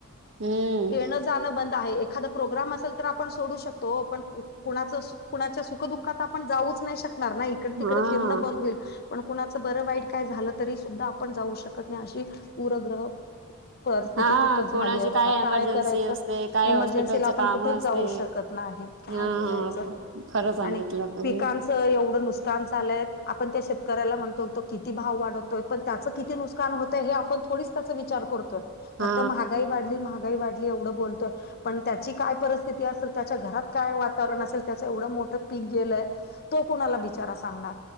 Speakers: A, on the right; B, on the left.
A: हम्म
B: येणं जाणं बंद आहे, एखादा प्रोग्राम असेल तर, आपण सोडू शकतो ओ.. पण कुणाचं सु कुणाच्या सुखदुःखात... आपण जाऊच नाई शकणार नाई इकडं तिकडं
A: हा
B: फिरणं बंद होईल... पण कुणाचं बरं वाईट काय झालं, तरी सुद्धा आपण जाऊ शकत नाही अशी पुूरग्रह परिस्थिती
A: हा
B: तिथं झाली
A: कोणाची
B: आहे बघा... काय
A: एमर्जन्सी
B: करायचं?
A: असते काय
B: इमर्जन्सीला
A: हॉस्पिटलच
B: आपण
A: काम
B: कुठंच
A: असते
B: जाऊ शकत नाही काय
A: हा
B: बोलायचं
A: खरं सांगितलं
B: आणि
A: तुम्ही
B: पिकांच येवढं नूसकान झालंय... आपण त्या शेतकऱला म्हणतो तो किती भाव वाढतोय पण त्याच किती नूस कान होतंय, हे आपण थोडीच त्याचा विचार करतोय...
A: हा
B: फक्त महागाई वाढली... महागाई वाढली एवढं बोलतोय पण त्याची काय परिस्थिती असेल... त्याच्या घरात काय वातावरण असेल... त्याचं एवढं मोठं पीक गेलंय तो कोणाला बिचारा सांगणार